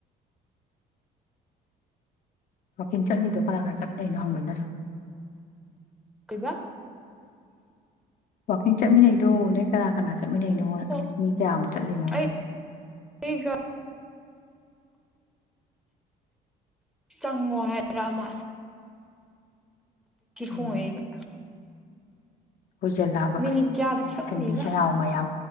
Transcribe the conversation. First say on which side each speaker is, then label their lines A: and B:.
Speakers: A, on the left; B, in the centre.
A: ꯋꯥꯋꯥꯛꯡ ꯆꯠꯂꯤꯗꯣ ꯀꯅꯥ ꯀꯅꯥ ꯆꯠꯅꯣꯪꯟꯗ꯭ꯔ
B: ꯀꯕ
A: ꯋꯥꯛꯀꯤꯡ ꯆꯠꯃꯤꯟꯅꯩꯗꯣ ꯅꯣꯏ ꯀꯅꯥ ꯀꯅꯥ ꯆꯠꯃꯤꯟꯅꯩꯅꯣ
B: ꯑꯣ
A: ꯃꯤ ꯀꯌꯥꯃꯨꯛ ꯆꯠꯂꯤꯅꯣ
B: ꯑꯩ <unintelligible> ꯆꯪꯉꯣ ꯍꯥꯏꯔꯥ ꯃꯥꯜ ꯍ
A: ꯎꯝ
B: ꯈꯨꯡꯉꯩ <unintelligible>
A: ꯍꯖꯤꯜꯂꯛꯑꯕ
B: ꯃꯤꯅꯤꯠ ꯀꯌꯥꯗ ꯀꯛꯅꯤꯕ
A: ꯁꯟꯕꯤ ꯁꯟꯅꯥꯎ ꯃꯌꯥꯝ